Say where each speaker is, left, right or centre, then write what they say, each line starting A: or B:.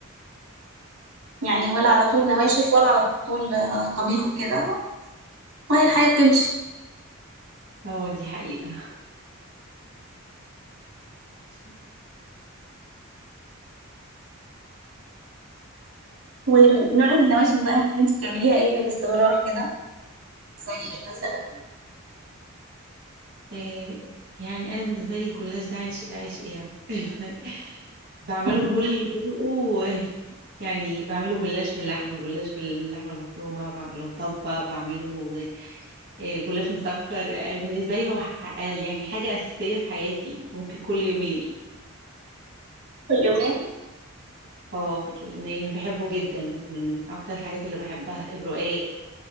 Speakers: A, on the right (about 75°); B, on the right (about 55°).
A: يعني ولا على طول نواشف ولا على طول آه، طبيخ وكده وهي الحياة بتمشي
B: اه دي حقيقة <laughs>
A: ونوع النواشف بقى اللي انت بتعمليها ايه باستمرار كده زي ايه مثلا
B: إيه يعني أنا بالنسبة لي الجلاش ده عيش عيش إيه يعني <laughs> بعمله
A: <laughs>
B: بكل طرقه يعني بعمله جلاش باللحمة جلاش باللحمة المفرومة بعمله مطبق بعمله إيه، جلاش مسكر إيه، بالنسبة لي هو ح- آه، يعني حاجة أساسية في حياتي ممكن كل يومين
A: كل يومين
B: اه لان أنا بحبه جدا ومن اكتر الحاجات اللي بحبها الرقاق